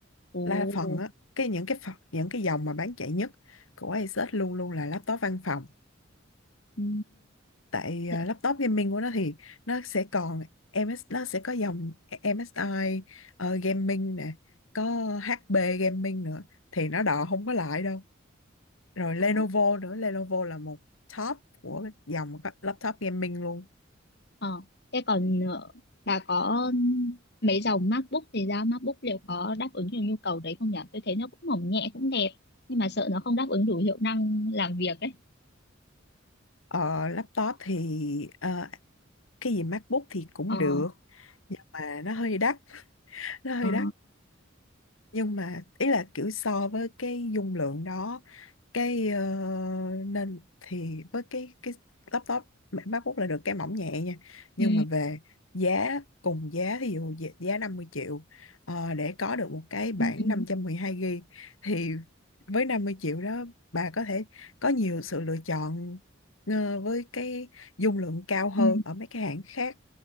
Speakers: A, on the left; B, on the left.
A: Ồ,
B: là phần á cái những cái phần, những cái dòng mà bán chạy nhất của Asus luôn luôn là laptop văn phòng
A: ừ,
B: tại
A: Thế-
B: à, laptop gaming của nó thì nó sẽ còn MS nó sẽ có dòng MSI ờ, gaming nè có HP gaming nữa thì nó đò không có lại đâu rồi Lenovo
A: Ồ.
B: nữa Lenovo là một top của dòng các laptop gaming luôn
A: Ờ, thế còn ờ, bà có mấy dòng MacBook thì sao MacBook liệu có đáp ứng được nhu cầu đấy không nhỉ? Tôi thấy nó cũng mỏng nhẹ cũng đẹp nhưng mà sợ nó không đáp ứng đủ hiệu năng làm việc ấy.
B: ờ, laptop thì ờ, cái gì MacBook thì cũng
A: Ờ,
B: được nhưng mà nó hơi đắt nó hơi
A: ờ,
B: đắt nhưng mà ý là kiểu so với cái dung lượng đó cái ờ, nên thì với cái cái laptop Mac- MacBook là được cái mỏng nhẹ nha nhưng
A: ừ,
B: mà về giá cùng giá ví dụ giá giá năm mươi triệu ờ, để có được một cái bản
A: ừ, ừ.
B: 512 GB thì với 50 triệu đó bà có thể có nhiều sự lựa chọn ờ, với cái dung lượng cao hơn
A: ừ.
B: ở mấy cái hãng khác